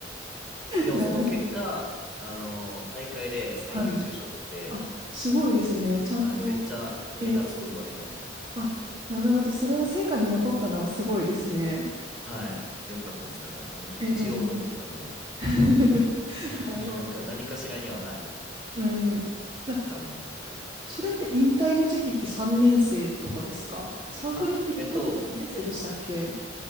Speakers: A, in the centre; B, on the right.
A: でもその結果、
B: なるほど、
A: あのー大会で最優秀賞を取って、
B: はい。あ、すごいですね。ちゃんと、
A: はい、めっちゃ目立つことができましたね。
B: えー、あ、なるほど、それは成果に残ったのはすごいですね。
A: はい。よかったです。だからの、一応残ったんで、
B: えー、<laughs>
A: <laughs>
B: なるほど。
A: なんか何かしらには、はい、
B: うん。いや
A: あったなっていう。
B: それって引退の時期って3年生とかですかサークルって引退って3年生でしたっけ
A: あ、えっと、